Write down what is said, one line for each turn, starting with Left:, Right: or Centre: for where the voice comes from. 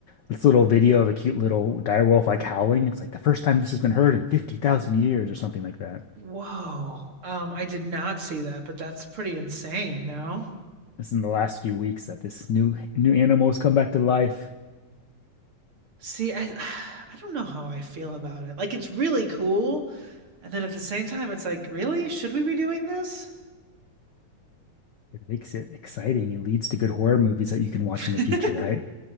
Left: this little video of a cute little direwolf like howling. It's like the first time this has been heard in 50,000 years or something like that.
Right: Whoa. Um, I did not see that, but that's pretty insane, no?
Left: This is in the last few weeks that this new new animal has come back to life.
Right: See, I <sighs> I don't know how I feel about it. Like it's really cool, And then at the same time, it's like, really? Should we be doing this?
Left: It makes it exciting. It leads to good horror movies that you can watch
Right: <laughs>
Left: in the future, right?